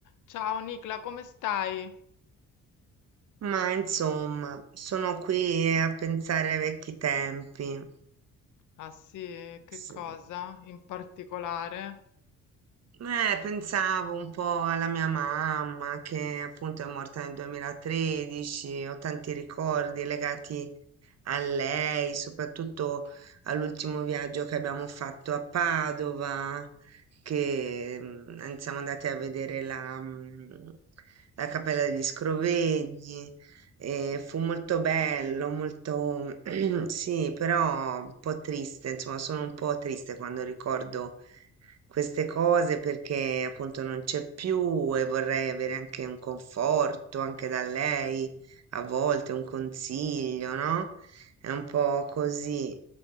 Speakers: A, on the left; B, on the right.
A: Ciao Nicla, come stai?
B: Ma insomma, sono qui a pensare ai vecchi tempi.
A: Ah sì, e che
B: Sì.
A: cosa in particolare?
B: Eh, pensavo un po' alla mia mamma che appunto è morta nel 2013, ho tanti ricordi legati a lei, soprattutto all'ultimo viaggio che abbiamo fatto a Padova, che mm, an- siamo andati a vedere la, mm, la Cappella degli Scrovegni. E fu molto bello, molto <clears throat> sì, però un po' triste, insomma, sono un po' triste quando ricordo queste cose perché appunto non c'è più e vorrei avere anche un conforto anche da lei, a volte un consiglio, no? È un po' così.